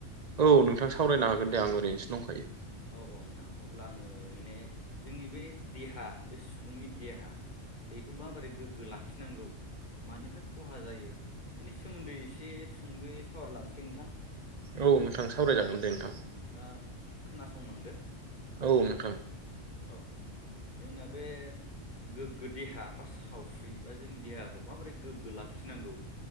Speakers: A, on the right; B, on the left.
A: औ नोंथां सावरायनो हागोन दे आं ओरैनोसो दंखायो।
B: औ औ नोंथां अब्ला आङो माने जोंनि बे देहा बे सुबुंनि देहा बेखौ माबोरै गोग्गो लाखिनांगौ मानिफ्राय खहा जायो बेनि सोमोन्दै एसे सुंदो सावरायलांसै नोंथां।
A: औ नोंथां सावरायजागोन दे नोंथां।
B: औ नोंथाङा खोनासंलांदो।
A: औ नोंथां।
B: औ औ जोंना बे गोग्गो देहा बा सावफ्रि बा जोंनि देहाखौ माबोरै गोग्गो लाखिनांगौ